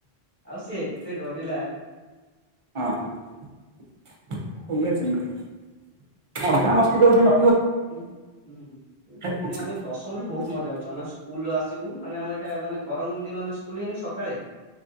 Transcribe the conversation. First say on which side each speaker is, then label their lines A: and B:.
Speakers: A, on the right (about 15°); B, on the right (about 40°).
A: ଆଉ ସେ ଏତେ ଡରିଲା।
B: ହଁ ହଁ <unintelligible> ମଜା ମସ୍ତି ଯଉଦିନ
A: ହୁଁ ହୁଁ ମାନେ
B: କିଛି
A: ଆମେ ଦଶମ ରେ ବହୁତ <unintelligible> ଆମେ ସ୍କୁଲ ଆସିବୁ ମାନେ ଆମ ଏଇଟା ମାନେ ଗରମ ଦିନରେ ସ୍କୁଲ ହେଇନ ସକାଳେ।